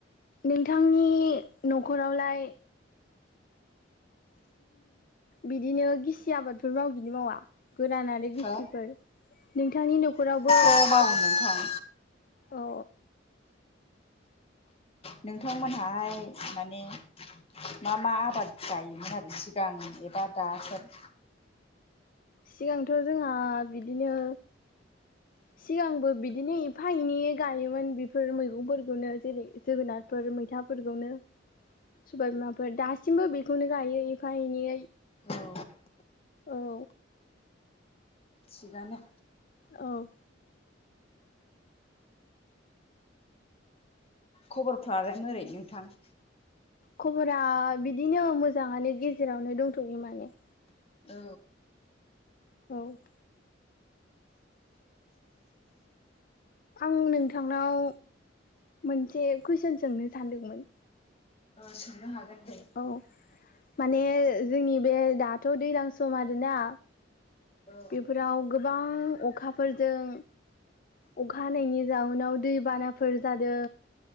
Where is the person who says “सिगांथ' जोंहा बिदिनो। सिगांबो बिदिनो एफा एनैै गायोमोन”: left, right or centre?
Left